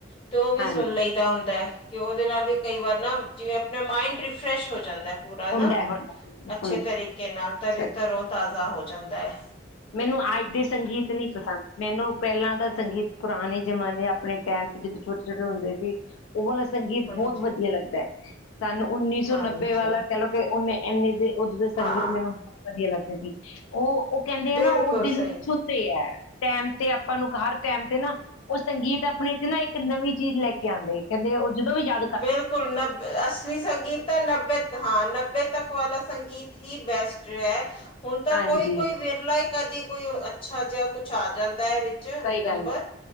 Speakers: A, on the left (about 30°); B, on the left (about 85°).
A: ਤੇ ਉਹ ਵੀ
B: ਹਾਂਜੀ
A: ਸੁਣ ਲਈ ਹੁੰਦਾ ਹੈ ਕਿ ਉਹਦੇ ਨਾਲ ਵੀ ਕਈ ਵਾਰ ਨਾ ਜਿਵੇਂ ਆਪਣੇ ਮਾਇੰਡ ਰਿਫਰੈਸ਼ ਹੋ ਜਾਂਦਾ ਏ। ਪੂਰਾ
B: ਹੁੰਦਾ
A: ਨਾ
B: ਹੈ, ਹੁੰਦਾ ਹੈ, ਹੁੰਦਾ
A: ਅੱਛੇ
B: ਹੈ, ਹੁੰਦਾ
A: ਤਰੀਕੇ
B: ਹੈ,
A: ਨਾਲ ਤਰ
B: ਸਹੀ
A: ਤਰੋ ਤਾਜ਼ਾ ਹੋ ਜਾਂਦਾ ਏ।
B: ਮੈਨੂੰ ਅੱਜ ਦੇ ਸੰਗੀਤ ਨੀ ਪਸੰਦ। ਮੈਨੂੰ ਪਹਿਲਾਂ ਦਾ ਸੰਗੀਤ ਪੁਰਾਣੇ ਜਮਾਨੇ ਆਪਣੇ ਟੈਂਮ ਜਦੋਂ ਛੋਟੇ ਛੋਟੇ ਹੁੰਦੇ ਸੀ। ਉਹ ਵਾਲਾ ਸੰਗੀਤ
A: ਹਾਂਜੀ,
B: ਬਹੁਤ ਵਧੀਆ ਲੱਗਦਾ ਏੈ ਸਾਨੂੰ ਉੱਨੀ ਸੌ
A: ਹਾਂਜੀ,
B: ਨੱਬੇ ਵਾਲਾ ਕਹਿਲੋ ਕਿ ਉਹਨੇ ਇੰਨੇ ਦੇ ਉਦੋਂ ਦੇ ਸੰਗੀਤ
A: ਹਾਂ
B: ਮੈਨੂੰ ਬਹੁਤ ਵਧੀਆ ਲੱਗਦੇ ਸੀ। ਉਹ ਕਹਿੰਦੇ ਆ
A: ਬਿਲਕੁਲ
B: ਨਾ ਉਹ ਦਿਲ
A: ਸਹੀ।
B: ਨੂੰ ਛੂ ਟੈਮ ਤੇ ਆਪਾਂ ਨੂੰ ਹਰ ਟੈਮ ਤੇ ਨਾ ਉਹ ਸੰਗੀਤ ਆਪਣੇ ਚ ਨਾ ਇੱਕ ਨਵੀਂ ਚੀਜ਼ ਲੈ ਕੇ ਆਉਂਦੇ ਕਹਿੰਦੇ ਉਹ ਜਦੋਂ ਵੀ ਜਾ
A: ਬਿਲਕੁਲ ਨਬ ਅਸਲੀ ਸੰਗੀਤ ਤਾਂ ਨੱਬੇ ਤ ਹਾਂ ਨੱਬੇ ਤੱਕ ਵਾਲਾ ਸੰਗੀਤ ਹੀ ਬੈਸਟ ਰਿਹਾ। ਹੁਣ ਤਾਂ
B: ਹਾਂਜੀ
A: ਕੋਈ ਕੋਈ ਵਿਰਲਾ ਕਦੀ ਕੋਈ ਅੱਛਾ ਜਿਹਾ ਕੁਛ ਆ ਜਾਂਦਾ ਹੈ। ਨੰਬਰ
B: ਸਹੀ ਗੱਲ ਹੈ